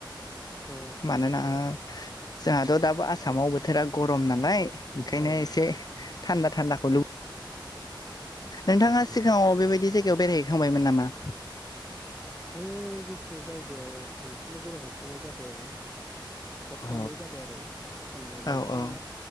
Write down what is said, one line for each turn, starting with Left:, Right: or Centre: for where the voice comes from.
Centre: औ
Left: मानोना जोंहाथ' दाबो आसामाव बोथोरा गरम नालाय ओंखायनो
Centre: औ
Left: एसे
Centre: औ
Left: थान्दा थान्दाखौ लुबैयो। नोंथाङा
Centre: औ नंगौ
Left: सिगाङाव बेबायदि जायगायाव बेरायहैखांबायमोन नामा?
Centre: आङो गुसु जायगायाव खनसेल' बेरायहैफैनाय जादों। अ खननै
Left: औ
Centre: जाबाय आरो खननै। मोनसेया
Left: औ औ